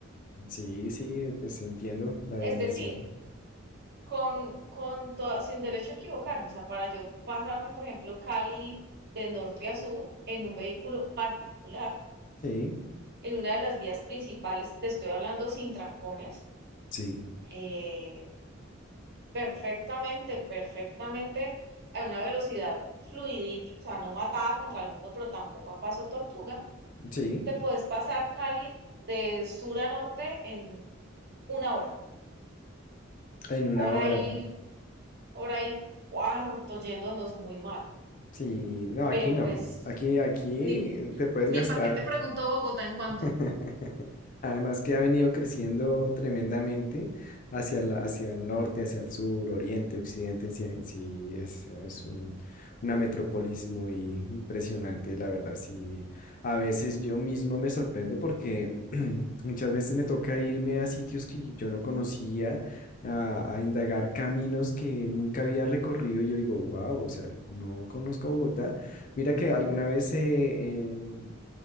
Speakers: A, on the left; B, on the right.
A: sí, sí, pues entiendo la
B: Es
A: dimensión.
B: decir, con, con toda- sin derecho a equivocarme. O sea, para yo pasarme, por ejemplo, Cali de norte a sur en un vehículo particular,
A: Sí,
B: en una de las vías principales, te estoy hablando sin trancones,
A: sí,
B: eh, perfectamente, perfectamente a una velocidad fluidita, o sea, no matada contra el mundo, pero tampoco a paso tortuga,
A: sí.
B: te puedes pasar Cali de sur a norte en una hora,
A: En una
B: hora
A: hora.
B: y, hora y cuarto yéndonos muy mal.
A: Sí, no, aquí
B: Pero
A: no.
B: pues,
A: Aquí, aquí
B: ni,
A: te puedes
B: ni
A: gastar.
B: pa' qué te pregunto Bogotá en cuanto.
A: <laughs> Además que ha venido creciendo tremendamente hacia la- hacia el norte, hacia el sur, oriente, occidente, sí, sí, es, es un- una metrópolis muy impresionante, la verdad, sí. A veces yo mismo me sorprendo porque <clears throat> muchas veces me toca irme a sitios que yo no conocía, a, a indagar caminos que nunca había recorrido y yo digo, wow, o sea, no conozco Bogotá. Mira que alguna vez eh, eh,